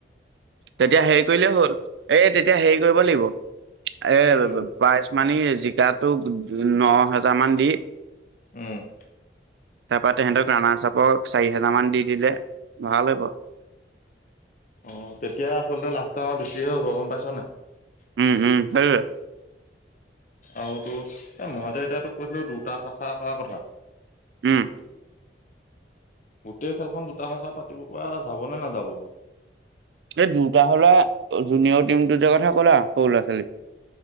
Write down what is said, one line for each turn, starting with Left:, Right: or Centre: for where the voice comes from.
Right: তেতিয়া হেৰি কৰিলেই হ'ল। এ তেতিয়া হেৰি কৰিব লাগিব এ
Left: কি কৰিব লাগিব
Right: পাই। মানি হে জিকাটোক ন হেজাৰ মান দি।
Left: উম।
Right: তাৰপৰা তেহেঁতক ৰানাৰ চাপৰ চাৰি হেজাৰ মান দি দিলে ভাল হ'ব।
Left: অঁ তেতিয়া আচলতে লাভটো আমাৰ বেছিহে হ'ব গম পাইছ নাই।
Right: উম উম সেইটোৱে।
Left: আৰু তো এ মই যে এতিয়া তোক কৈছিলোঁ দুটা চাচা কৰা কথা।
Right: উম।
Left: গোটেই খেলখন দুটা শাখাত পাতিব পৰা যাব নে নাযাব।
Right: এই দুটা হলা জুনিয়ৰ টিম দুটা যে কথা কলা সৰু ল'ৰা ছোৱালী।